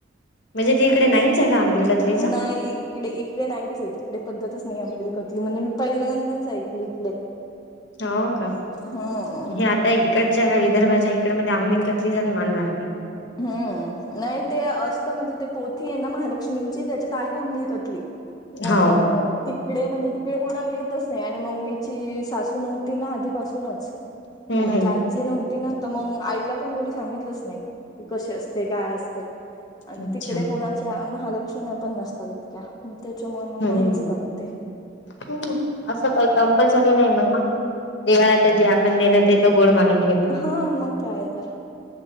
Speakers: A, on the left; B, on the left.
A: म्हणजे ती इकडे नाहीच आहे का आंबिल कतलीच
B: नाही इकडे इकडे नाहीच आहेत तिकडे, पद्धतच नाही आंबील कत्तली, म्हणजे मी पहिल्यांदाच ऐकली इकडे...
A: हो का
B: हम्म
A: हे आता इकडच्या विदर्भाच्या, इकड मध्ये आंबिल कतलीचाच मान राह...
B: हम्म नाही ते असत म्हणजे ते पोथी आहे ना महालक्ष्मी... मिंचित याच्यात आहे आंबीलकतली पण
A: हो
B: त.. तिकडे म्हणजे तिकडे कोणाला येतच नाही आणि मम्मीची सासू नव्हती. ना आधीपासूनच,
A: हम्म
B: म्हणजे माझी
A: हम्म
B: आजी नव्हती ना तर मग आईला पण कोणी सांगितलंच नाही. क कशी असते काय असते आणि
A: अच्छा
B: तिकडे कोणाच्या महालक्ष्मी... अशुण्या पण नसतात इतक्या त्याच्यामुळे
A: हम्म.
B: मग नाहीच करत. ते...
A: हम्म, असं काही कंपल्सरी नाही म्हना देवाला त जे आपण दिलं ते तो गोड मानु..
B: हाआ म काय तर,